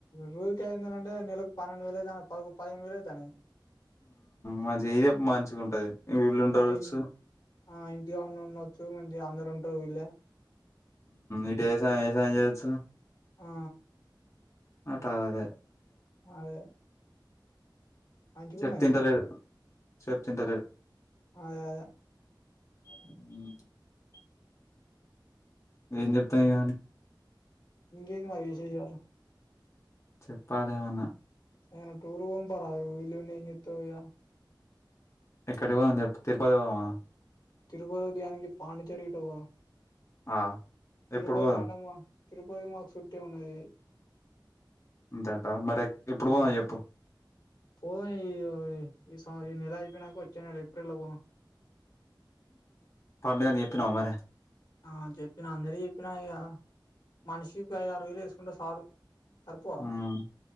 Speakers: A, on the left; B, on the left.
A: రూజుకింటే నెలకు పన్నెండు వేలే పకు పదిను వలు అయితేానే
B: మంచి మంచిగా ఉంటది వీళ్ళు
A: ఆ
B: ఉండవచ్చు
A: మంచి ఇన్ ఆ ఇంటిగా ఉండి ఉండొచ్చు మంచి అందరు ఉంటారు వీళ్ళే
B: ఇటు ఏ ఏసయం చేయచ్చు
A: ఆ
B: అంట అదే
A: అదే మంచిగున్నది
B: చెప్తింటలేడు చెప్తింటలేడు
A: అదే అదే
B: అ ఏం చెప్తాయి కానీ
A: ఇంకేది మరి విశేషాలు
B: చెప్పాలేమన్నా
A: <unintelligible>
B: ఎక్కడికి పోదాం చెప్పు తిరుపతి పోదామా
A: తిరుపతి దేనికి పాండిచ్చేరి ఇట్ట పో
B: ఆ
A: <unintelligible> తిరుపతి
B: ఎప్పుడు పోదాం
A: కాంటేమా తిరుపతి మక్ చుట్టే ఉన్నది
B: అంతేంటావా మరి ఎప్పుడు
A: ఆ
B: పోదాం చెప్పు
A: పోదాం ఇగ ఈ సారి ఈ నెల అయిపోయినాక వచ్చే నెల ఏప్రిల్ లో పోదాం
B: పద <unintelligible> చెప్పినావా మరి
A: ఆ చెప్పినా అందరి చెప్పినా ఇగ మనిషికి ఐదారు వేలు వేసుకుంటే సాలు సరిపోవా
B: మ్మ్